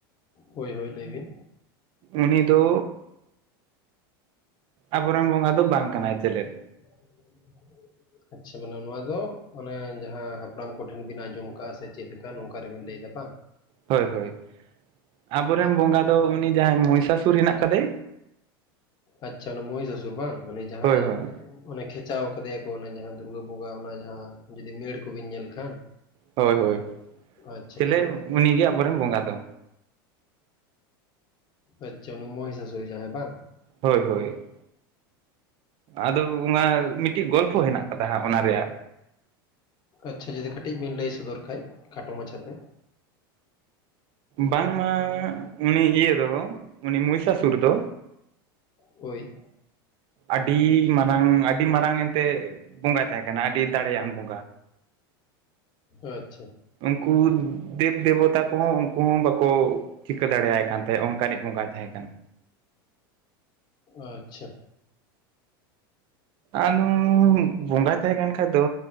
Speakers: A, on the left; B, on the right.
A: ᱦᱳᱭ ᱦᱳᱭ ᱞᱟᱹᱭ ᱵᱤᱱ
B: ᱩᱱᱤ ᱫᱚ ᱟᱵᱚᱨᱮᱱ ᱵᱚᱸᱜᱟ ᱫᱚ ᱵᱟᱝ ᱠᱟᱱᱟᱭ ᱪᱮᱞᱮᱫ
A: <unintelligible> ᱟᱪᱪᱷᱟ ᱢᱟᱱᱮ ᱱᱚᱣᱟ ᱫᱚ ᱢᱟᱱᱮ ᱡᱟᱦᱟᱸ ᱦᱟᱯᱲᱟᱢ ᱠᱚᱴᱷᱮᱱ ᱵᱤᱱ ᱟᱸᱡᱚᱢ ᱟᱠᱟᱫᱼᱟ ᱥᱮ ᱪᱮᱫ ᱞᱮᱠᱟ ᱱᱚᱝᱠᱟ ᱨᱮᱵᱤᱱ ᱞᱟᱹᱭ ᱫᱟ? <unintelligible>
B: ᱦᱳᱭ ᱦᱳᱭ ᱟᱵᱚᱨᱮᱱ ᱵᱚᱸᱜᱟ ᱫᱚ ᱩᱱᱤ ᱡᱟᱦᱟᱸᱭ ᱢᱚᱦᱤᱥᱟᱥᱩᱨ ᱦᱮᱱᱟᱜ ᱟᱠᱟᱫᱮ
A: ᱟᱪᱪᱷᱟ ᱩᱱᱤ ᱢᱚᱦᱤᱥᱟᱥᱩᱨ ᱵᱟᱝ ᱩᱱᱤ ᱡᱟᱦᱟᱸᱭ
B: ᱦᱳᱭ ᱦᱳᱭ
A: ᱚᱱᱮ ᱠᱷᱮᱪᱟᱣ ᱠᱟᱫᱮᱭᱟᱠᱚ ᱚᱱᱮ ᱡᱟᱦᱟᱸ ᱫᱩᱨᱜᱟᱹ ᱵᱚᱸᱜᱟ ᱚᱱᱟ ᱡᱟᱦᱟᱸ ᱡᱩᱫᱤ ᱢᱮᱲ ᱠᱚᱵᱤᱱ ᱧᱮᱞ ᱠᱷᱟᱱ
B: ᱦᱳᱭ ᱦᱳᱭ
A: ᱟᱪᱪᱷᱟ
B: ᱪᱮᱞᱮ
A: ᱞᱟᱹᱭ ᱵᱤᱱ
B: ᱩᱱᱤᱜᱮ ᱟᱵᱚᱨᱮᱱ ᱵᱚᱸᱜᱟ ᱫᱚ
A: ᱟᱪᱪᱷᱟ ᱚᱱᱤ ᱢᱚᱦᱤᱥᱟᱥᱩᱨ ᱡᱟᱦᱟᱭ ᱵᱟᱝ
B: ᱦᱳᱭ ᱦᱳᱭ ᱟᱫᱚ ᱚᱱᱟ ᱢᱤᱫᱴᱤᱡ ᱜᱚᱞᱯᱷᱚ ᱦᱮᱱᱟᱜ ᱟᱠᱟᱫᱟ ᱦᱟᱸᱜ ᱚᱱᱟ ᱨᱮᱭᱟᱜ
A: ᱟᱪᱪᱷᱟ ᱡᱩᱫᱤ ᱠᱟᱹᱴᱤᱡ ᱵᱤᱱ ᱞᱟᱹᱭ ᱥᱚᱫᱚᱨ ᱠᱷᱟᱡ ᱠᱷᱟᱴᱚ ᱢᱟᱪᱷᱟᱛᱮ
B: ᱵᱟᱝᱢᱟ ᱩᱱᱤ ᱤᱭᱟᱹ ᱫᱚ ᱩᱱᱤ ᱢᱚᱦᱤᱥᱟᱥᱩᱨ ᱫᱚ
A: ᱦᱳᱭ
B: ᱟᱹᱰᱤ ᱢᱟᱨᱟᱝ ᱟᱹᱰᱤ ᱢᱟᱨᱟᱝ ᱮᱱᱛᱮᱫ ᱵᱚᱸᱜᱟᱭ ᱛᱟᱦᱮᱸ ᱠᱟᱱᱟ ᱟᱹᱰᱤ ᱫᱟᱲᱮᱭᱟᱱ ᱵᱚᱸᱜᱟ
A: ᱟᱪᱪᱷᱟ
B: ᱩᱱᱠᱩ ᱫᱮᱵ-ᱫᱮᱵᱚᱛᱟ ᱠᱚᱦᱚᱸ ᱩᱱᱠᱩ ᱦᱚᱸ ᱵᱟᱠᱚ ᱪᱤᱠᱟᱹ ᱫᱟᱲᱮᱭᱟᱭ ᱠᱟᱱ ᱛᱟᱦᱮᱸ ᱚᱱᱠᱟ ᱱᱤᱡ ᱵᱚᱸᱜᱟᱭ ᱛᱟᱦᱮᱸ ᱠᱟᱱᱟ᱾
A: ᱟᱪᱪᱷᱟ
B: ᱟᱫᱚ ᱵᱚᱸᱜᱟ ᱛᱟᱦᱮᱸ ᱠᱟᱱ ᱠᱷᱟᱡ ᱫᱚ